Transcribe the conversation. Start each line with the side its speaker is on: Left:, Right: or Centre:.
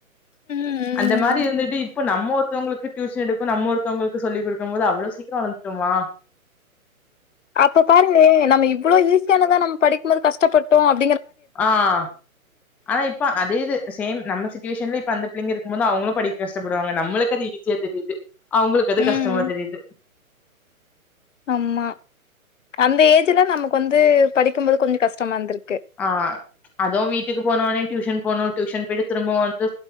Left: ம்
Centre: அந்த மாதிரி இருந்து இப்ப நம்ம ஒருத்தவங்களுக்கு டியூஷன் எடுக்கும் நம்ம ஒருத்தவங்களுக்கு சொல்லி் கொடுக்கும் போது அவ்வளோ சீக்கிரம் வளர்ந்துட்டுமா
Left: அப்ப பாருங்களேன் நம்ம இவ்வளோ ஈசி யானதா நம்ம படிக்கும்போது கஷ்டப்பட்டோம் அப்டி
Centre: ஆஹ் ஆனா இப்ப அதே இது சேம் நம்ம சுச்வேஷன்ல இப்ப அந்த பிள்ளைங்க இருக்கும் போது அவங்களும் படிக்க கஷ்டப்படுவாங்க நம்மளுக்கு அது ஈஸியா தெரியுது அவங்களுக்கு அது
Left: ம்
Centre: கஷ்டமா தெரியுது
Left: ஆமா அந்த ஏஜ்ல நமக்கு வந்து படிக்கும்போது கொஞ்சம் கஷ்டமா இருந்திருக்கு
Centre: ஆஹ் அதுவும் வீட்டுக்கு போனவனே டியூஷன் போகனும் டியூசன் போயிட்டு திரும்பவும் வந்து